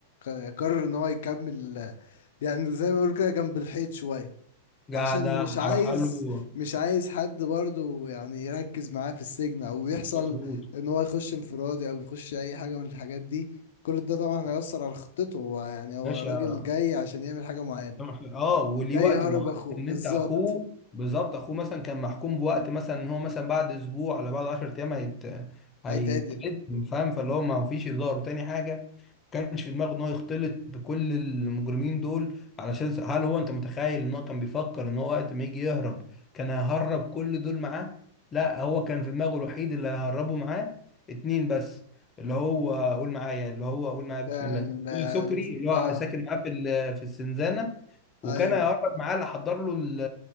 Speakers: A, on the left; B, on the left.
A: وقرر ان هو يكمل آه، يعني زي ما بيقولوا كده جنب الحيط شوية
B: قاعد
A: عشان
B: على
A: مش عايز
B: حاله
A: مش عايز حد برضو يعني يركز معاه في السجن او يحصل
B: مظبوط
A: ان هو يخش انفرادي او يخش اي حاجة من الحاجات دي كل ده طبعا هيأثر على خطته هو يعني هو
B: باشا
A: راجل جاي عشان يعمل حاجة معينة
B: طبعاً إحنا- اه وليه
A: جاي
B: وقت
A: هرب
B: معين
A: اخوه
B: ان
A: بالظبط
B: انت اخوه بالظبط اخوه مثلا كان محكوم بوقت مثلا ان هو مثلا بعد اسبوع ولا بعد 10 ايام هيت هيترد
A: هيتعدم
B: فاهم فاللي هو ما فيش هزار وتاني حاجه ما كانش في دماغه ان هو يختلط بكل المجرمين دول علشان س- هل هو انت متخيل ان هو كان بيفكر ان هو وقت ما يجي يهرب كان هيهرب كل دول معاه لا هو كان في دماغه الوحيد اللي هيهربه معاه اتنين بس اللي هو قول معايا اللي هو قول معايا
A: بتاع
B: بسم الله
A: ال-
B: اللي هو سكري
A: بت...
B: اللي
A: اه
B: هو ساكن معاه في ال- في السنزانه وكان
A: ايوه
B: هيقرب معاه اللي حضر له ال-